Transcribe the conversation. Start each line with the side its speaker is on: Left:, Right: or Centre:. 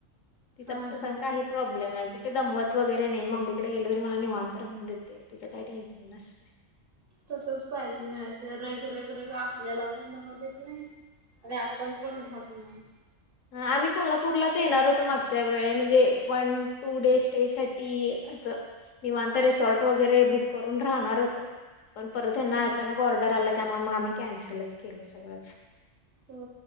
Left: तिचा
Right: हा
Left: तसा
Right: हा
Left: काही प्रॉब्लेम नाई, कुठे दमवत वगैरे नही मम्मीकडे गेलं त मला निवांत राहून देते, तिचं काही टेन्शन नसत.
Right: तसच पाहिजे, नाही ज रग रग रग आपल्याला पण राहू देत नही. आणि आपण पण राहत नाई.
Left: हं. आम्ही कोल्हापूरलाच येणार होतो, मागच्या वेळे म्हणजे वन टू डे स्टे साठी, असं निवांत रिसॉर्ट वगैरे बुक करून, राहणार होतो. पण परत ह्यांना
Right: हा
Left: अचानक ऑर्डर आल्या, त्यामुळे मग आम्ही कॅन्सलच केलं सगळंच.
Right: हो